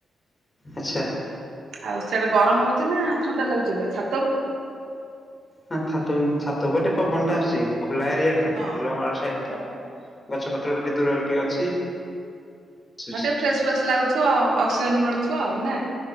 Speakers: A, on the left; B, on the right.
A: ଆଚ୍ଛା।
B: ଆଉ ସିଆଡେ ଗରମ ହଉଚି ନା ଥଣ୍ଡା ଲାଗୁଚି ପୁରା ଛା
A: ହଁ ଛାତ-ଛାତ ଉପରେ ଟିକେ ପବନଟା ଆସୁଚି। ଖୋଲା ଏରିଆ ଟା
B: ହଁ।
A: ବିଲମାଳ ସାଇଡ ଟା, ଗଛ ପତ୍ର ଟା ଟିକେ ଦୂରରେ ଟିକେ ଅଛି। ଆସୁଛି
B: ହଁ ଟିକେ ଫ୍ରେସ୍-ଫ୍ରେସ୍ ଲାଗୁଥିବ, ଅକ୍ସିଜେନ୍ ମିଳୁଥିବ ଆଉ ନା।